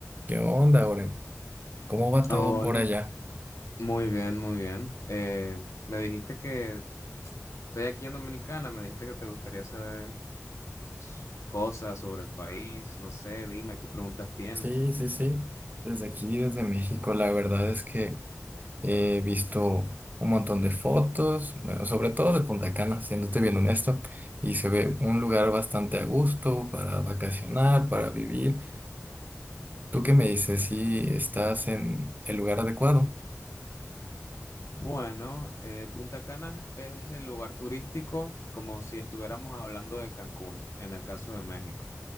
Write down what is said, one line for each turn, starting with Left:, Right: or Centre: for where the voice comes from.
Right: ¿Qué onda, Oren? ¿Cómo va todo
Left: Hola,
Right: por allá?
Left: muy bien, muy bien. Eh, me dijiste que estoy aquí en Dominicana, me dijiste que te gustaría saber s- cosas sobre el país, no sé, dime qué preguntas tienes.
Right: Sí, sí, sí. Desde aquí, desde México, la verdad es que he visto un montón de fotos, bueno, sobre todo de Punta Cana, siéndote bien honesto, y se ve un lugar bastante a gusto para vacacionar, para vivir. ¿Tú qué me dices? ¿Si estás en el lugar adecuado?
Left: Bueno, eh, Punta Cana es el lugar turístico como si estuviéramos hablando de Cancún, en el caso de México.